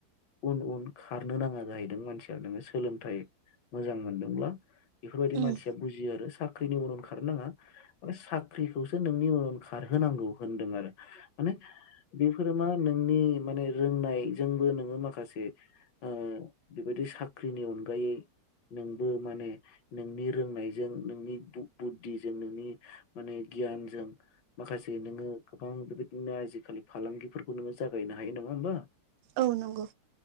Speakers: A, on the left; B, on the right.
A: उन उन खारनो नाङा जाहैदों मानसिया नोङो सोलोंथाइ मोजां मोनदोंब्ला। बेफोरबायदि
B: उम
A: मानसिया बुजियो आरो सा ख्रिनि उनाव खारनो नाङा माने साख्रिखौसो नोंनि उन उन खारहोनांगौ होनदों आरो। माने बेफोर मा नोंनि माने रोंनायजोंबो नोङो माखासे उम बेबायदि साख्रिनि अनगायै नोंबो माने नोंनि रोंनायजों नोंनि बु-बुद्धिजों नोंनि माने गियानजों माखास जे नोङो गोबां बेबायदिनो आजिखालि फालांगिफोरखौ नोङो जागायनो हायो। नङा होमबा?
B: औ नंगौ।